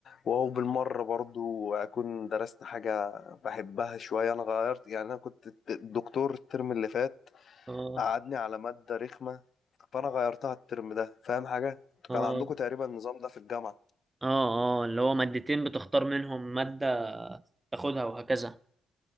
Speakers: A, on the left; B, on the right.
A: وهو بالمرة برضو أكون درست حاجة بحبها شوية أنا غيرت يعني أنا كنت الت- الدكتور الترم اللي فات
B: اه
A: قعدني على مادة رخمة فأنا غيرتها الترم ده فاهم حاجة؟
B: اه
A: كان عندكم تقريبا النظام ده في الجامعة
B: اه اه اللي هو مادتين بتختار منهم مادة تاخدها وهكذا